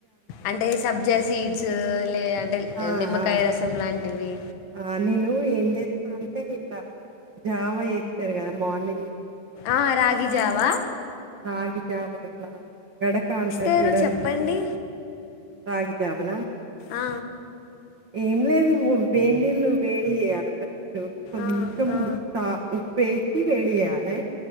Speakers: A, on the left; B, on the right.
A: అంటే సబ్జా సీడ్స్ లే అంటే
B: ఆ,
A: నిమ్మకాయ
B: ఆ,
A: రసం లాంటివి.
B: ఆ, నేను ఏం చేస్తామంటే ఇట్లా జావా చేస్తారు కదా మార్నింగ్
A: ఆ రాగి జావా
B: రాగిజావనే గడక అంటారు.
A: తరు
B: చూడండి
A: చెప్పండి
B: రాగి జావనా
A: ఆ
B: ఏం లేదు వేడి నీళ్లు వేడి చేయాలి కొంచెం
A: ఆ! ఆ!
B: మూత్త ఉప్పే వేడి చేయాలె